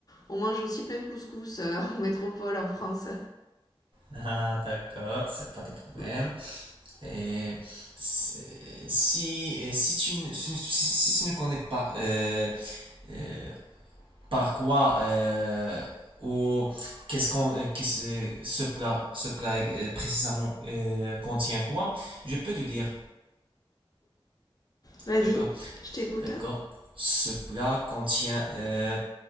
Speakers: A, on the left; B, on the right.
A: on mange aussi plein de couscous euh, <laughs> en métropole en France.
B: Ah, d'accord, c'est pas de problème.
A: Ouais.
B: Et c'est- si, et si tu ne, si, si- si tu ne connais pas euh, euh, par quoi euh, ou qu'est-ce qu'on euh, qu'est-ce- euh, ce plat, ce plat euh, précisément euh, contient quoi, je peux te dire,
A: Vas-y,
B: d'accord?
A: je t'écoute.
B: D'accord. Ce plat contient, euh,